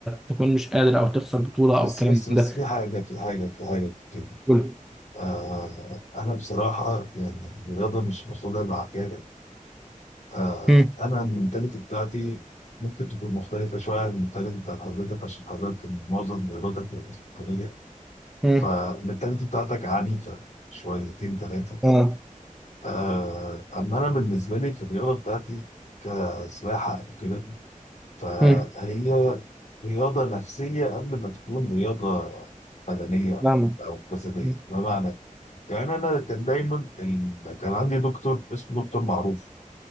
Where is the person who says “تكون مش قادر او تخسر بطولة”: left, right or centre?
Centre